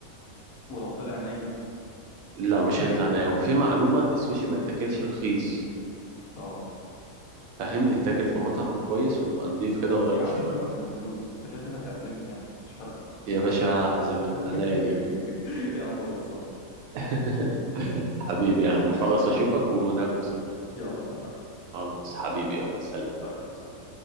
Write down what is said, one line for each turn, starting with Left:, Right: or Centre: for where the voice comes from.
Left: ولو طلع ني
Right: لا مش هيطلع نايا وفي معلومه السوشي ما يتاكلش رخيص
Left: اه
Right: فاهم يتاكل في مطعم كويس ويبقى نضيف كده وغالي
Left: يا عم
Right: شويه
Left: سيبك من الفلوس انت كده كده هتعزمني يعني مش فارقه
Right: يا باشا عازمك
Left: <laughs>
Right: انا عينيا ليك
Left: يا عم خلصان
Right: <laughs> حبيبي يا عم
Left: ماشي
Right: خلاص
Left: يا عم
Right: اشوفك وناكله سوا
Left: يلا اتفقنا
Right: خلاص حبيبي
Left: ماشي، يلا
Right: يلا سلام
Left: سلام سلام